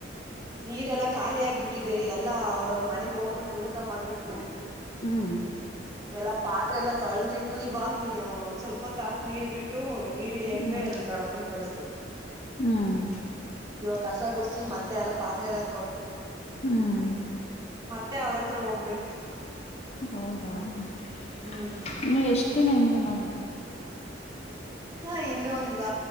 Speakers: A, on the right; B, on the left.
A: ನೀರೆಲ್ಲಾ ಖಾಲಿ ಆಗ್ಬಿಟ್ಟಿದೆ ಎಲ್ಲಾ ಅವ್ರವ್ರ ಮನೆಗ್ ಹೋಗ್ಬಿಟ್ರು ಊಟ ಮಾಡ್ಬಿಟ್ರು
B: ಹ್ಮ್
A: ಎಲ್ಲಾ ಪಾತ್ರೆ ಎಲ್ಲ ತೊಳೆದಿಟ್ಟು ಇವಾಗ ನೀ ಒಂದ್ ಸ್ವಲ್ಪ ತಾತ್ ನೀರ್ ಬಿಟ್ಟು ನೀರ್ ಹಿಡಿಯಕ
B: ಹ್ಮ್
A: ನಮ ದೊಡಪನ್ ಕಳಿಸತೆ
B: ಹ್ಮ್
A: ಇವಾಗ ಕಸ ಗುಡ್ಸಿ ಮತ್ತೆ ಲ್ಲ ಪತ್ರಲ್ಲ
B: ಹ್ಮ್
A: ಮತ್ತೆ ಅವ್ರ ಹತ್ರ ಹೋಗ್ಬೇಕು
B: ಹೌದಾ ನೀನ್ನು
A: ಹ್ಮ್
B: ಎಷ್ಟ್ ದಿನ ಹಿಂಗೆ ಮಾಡದು
A: ಹ ಇನ್ನೊಂದ